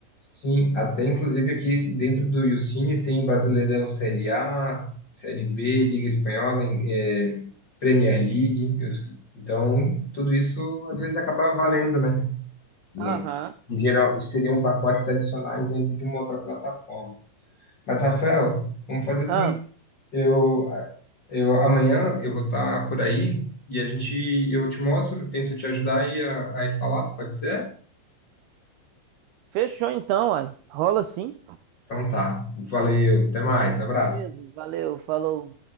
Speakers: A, on the left; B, on the right.
A: Sim, até inclusive aqui dentro do Yucine tem Brasileirão Série A, Série B, Liga Espanhola, em- eh, Premier League. eu- Então, tudo isso às vezes acaba valendo, né? Hum.
B: <laughs> Aham.
A: Em geral, seriam pacotes adicionais dentro de uma outra plataforma. Mas, Rafael, vamos fazer o
B: Ah,
A: seguinte, eu, eu amanhã eu vou estar por aí e a gente eu te mostro, tento te ajudar aí a, a instalar, pode ser?
B: fechou então, ai. Rola sim.
A: Então tá. Valeu, até mais, abraço.
B: Beleza, valeu, falou.